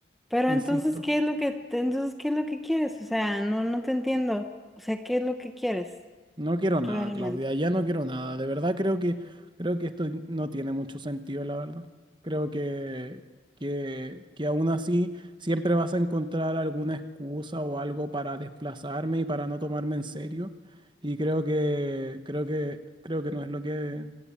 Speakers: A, in the centre; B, on the right.
A: Pero
B: insisto.
A: entonces, ¿qué es lo que, te- entonces, qué es lo que quieres? O sea, no, no te entiendo. O sea, ¿qué es lo que quieres
B: No quiero nada,
A: realmente?
B: Claudia, ya no quiero nada. De verdad creo que creo que esto no tiene mucho sentido, la verdad. Creo que, que, que aún así siempre vas a encontrar alguna excusa o algo para desplazarme y para no tomarme en serio. Y creo que creo que creo que no es lo que